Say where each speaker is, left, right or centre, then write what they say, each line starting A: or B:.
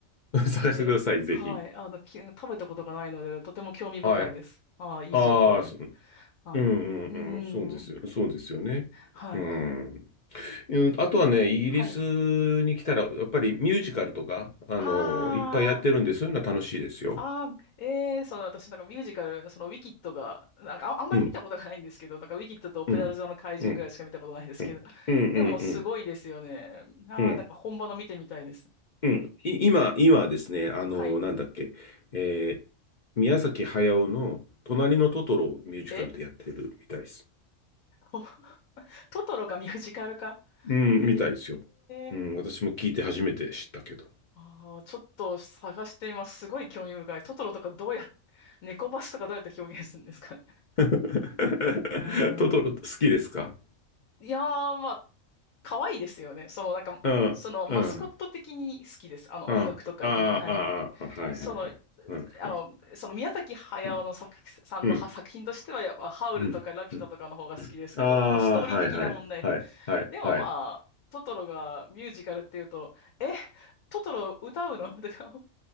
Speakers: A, on the left; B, on the left.
A: <laughs> 探してください、
B: はい。
A: ぜひ。
B: はい。あの、き食べたことがないので、とても興味深いです。
A: はい。
B: ああ、いい情報です。
A: ああ、そうん
B: はい。
A: うんうん。
B: うーん。
A: そうですよ。そうですよね。
B: はい。
A: うん。うんあとはね、イギリスに来たら、
B: はい。
A: やっぱりミュージカルとか、あの、
B: あー。
A: いっぱいやってるんで、そういうのは楽しいですよ。
B: あー、えー、その私なんかミュージカル、そのウィキッドが、なんかあ、あんまり見たことがないんですけど、
A: うん、
B: なんかウィキッドとオペラ座の怪人ぐらいしか見たことないですけど、
A: うん、うん、うん、
B: <laughs>
A: うん、
B: でもすごいですよね。
A: うん、うん。
B: あー、
A: うん
B: なんか本場の見てみたいです。
A: うん。い、今、今ですね、あの、
B: はい。
A: なんだっけ、えー、宮崎駿の隣のトトロをミュージカルでやってるみたいです。
B: えお <laughs> トトロがミュージカルか
A: うん、
B: え
A: みたいですよ。
B: ー。
A: うん、私も聞いて初めて知ったけど。
B: あー、ちょっと探してみます。すごい興味深い。トトロとかどうやっ、猫バスとかどうやって表現するんですか
A: <laughs>
B: <laughs> あー
A: トトロ好きですか
B: んいやー、まあ可愛いですよね。その、なんか、
A: うん、
B: その、マスコット的に好きです。
A: うん、
B: あの、
A: うん、
B: 音楽とかも。
A: ああ、ああ、
B: <laughs> はい。
A: あはいはいはい。
B: その、
A: うん、
B: あの、
A: うん、
B: その、宮崎駿の作、
A: う
B: さんのは作品としては、
A: ん、
B: やっぱ、ハウルとかラピュタとかの方が好きですけど、
A: うん、うん。ああ、
B: あの、ストーリー的な問題。
A: はいはい、はい、
B: <laughs>
A: はい、
B: でも、
A: はい。
B: まあ、トトロがミュージカルっていうと、え、トトロ歌うのとか、<laughs>